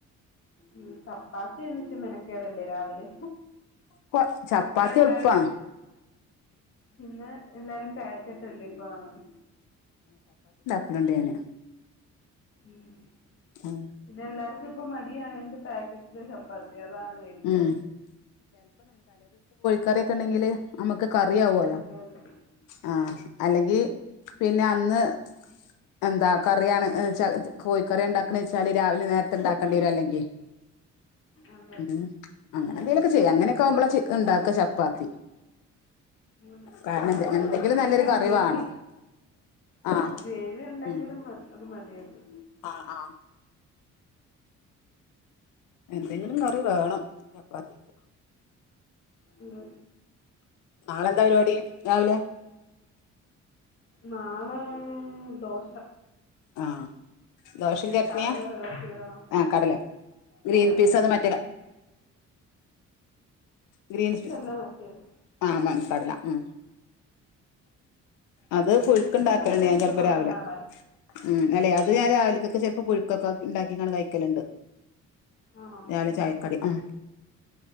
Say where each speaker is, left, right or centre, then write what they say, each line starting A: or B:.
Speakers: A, on the left; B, on the left.
A: ഉം ചപ്പാത്തി എന്ന് വെച്ച മെനക്കേടല്ലേ രാവിലെ
B: കൊ ചപ്പാത്തി
A: ഇപ്പൊ എല്ലാരും
B: എളുപ്പാണ്
A: പിന്നെ എല്ലാരും പാക്കറ്റ്ല്ലേ ഇപ്പൊ വാങ്ങുന്നെ
B: ഇവിടെണ്ട് ഞാന്
A: ഉം
B: ഉം
A: പിന്നെ എല്ലാരും ളുപ്പമായി മടി ആയോണ്ട് പാക്കറ്റിലെ ചപ്പാത്തി അതാണ് മേടിക്കാ
B: ഉം കറിയൊക്കെ ഉണ്ടെങ്കില് നമുക്ക് കറി ആവല്ലോ
A: അതെ അതെ
B: ആ
A: അതെ
B: അല്ലെങ്കി പിന്നെ അന്ന് എന്താ കറിയാണ് ചെല കോഴി കറി ഉണ്ടാക്കണ വെച്ചാല് രാവിലെ നേര ഇണ്ടാക്കേണ്ടി വരും അല്ലെങ്കി
A: അതെ
B: ഉം അങ്ങനെ എന്തെലുമൊക്കെ ചെയ്യാ അങ്ങനെയൊക്കെയാവുമ്പോഴാ ചിക് ഉണ്ടാക്ക ചപ്പാത്തി
A: ഉം
B: കാരണം എന്ത് എന്തെങ്കിലും നല്ലൊരു
A: ഒക്കെ
B: കറി
A: ഉണ്ടെങ്കി
B: വേണം
A: അതെ
B: ആ
A: ഉണ്ടെങ്കിലും
B: ഉം
A: മ അത് മതിയല്ലോ
B: ആ ആ എന്തെങ്കിലും കറി വേണം ചപ്പാത്തിക്ക്
A: ഉം
B: നാളെന്താ പരിപാടി രാവിലെ
A: നാളെ ദോശ
B: ആ ദോശയും
A: ഇനി
B: ചട്നിയാ
A: കടല വെള്ളത്തിലിടണം
B: ആ കടല ഗ്രീൻ
A: കടലല്ല
B: പീസ് അതോ മറ്റെത് ഗ്രീൻപീ
A: അല്ല മറ്റേത്
B: ആ മണിക്കടല ഉം അത് പുഴുക്ക് ഉണ്ടാക്കലുണ്ട്
A: ഒക്കെ വെച്ചിട്ട്
B: ഞാൻ ചെലപ്പോ
A: കുറെ
B: രാവിലെ
A: നാളായി
B: ഉം അല്ലെ രാ അത് ഞാൻ രാവിലക്കൊക്കെ ചെലപ്പോ പുഴുക്കൊക്കെ ഉണ്ടാക്കികാണ് കഴിക്കലുണ്ട്
A: ആണോ
B: രാവിലെ ചായക്കടി ആ